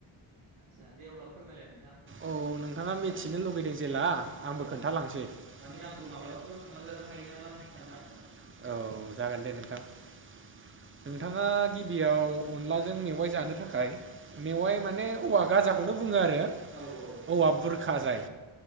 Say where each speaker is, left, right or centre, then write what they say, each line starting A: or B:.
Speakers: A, on the right; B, on the right.
A: आदसा दे अब्ला फोरमायलाय नोंथां
B: औ नोंथाङा मिथिनो लुगैदों जेला। <unintelligible>
A: औ माने आंबो माब्लाबाफोर संना जानो हायो नामा सानदों आं नोंथां औ
B: नोंथाङा गिबियाव अनलाजों मेवाइ जानो थाखाय मेवाइ माने औवा। गाजाखौनो बुङो आरो
A: औ औ
B: औवा बुरखा जाय।